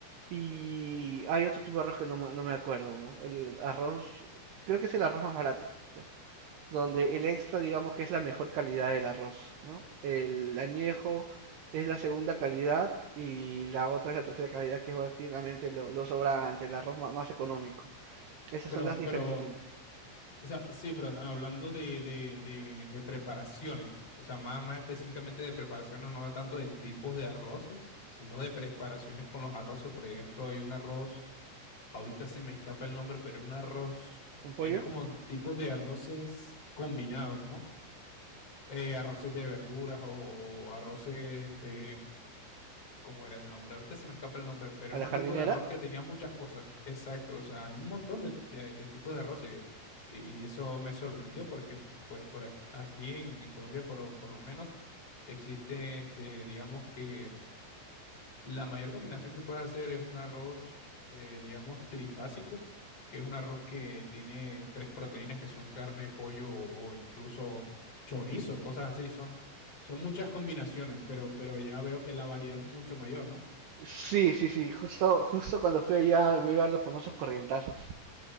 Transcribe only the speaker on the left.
Pero,
pero O sea, sí, pero hablando de, de, de, de preparaciones, o sea, más, más específicamente de preparaciones, no de tanto de tipos de arroces, sino de preparaciones con los arroces. Por ejemplo, hay un arroz, ahorita se me escapa el nombre, pero un arroz,
es
como tipos de arroces combinados, ¿no? Eh, arroces de verduras o, o arroces este, ¿Cómo era el nombre? Ahorita se me escapa el nombre, pero
era
un
tipo de arroz que tenía muchas cosas. Exacto, o sea, hay un montón de, de- de tipos de arroz eh, y, y eso me sorprendió porque, pues, por aquí, aquí en, en Colombia, por, por lo menos, existe, este, digamos que la mayor combinación que puedes hacer es un arroz, eh, digamos, trifásico, que es un arroz que tiene tres proteínas que son carne, pollo o, o incluso chorizo, cosas así. Son, son muchas combinaciones, pero, pero ya veo que la variedad es mucho mayor, ¿no?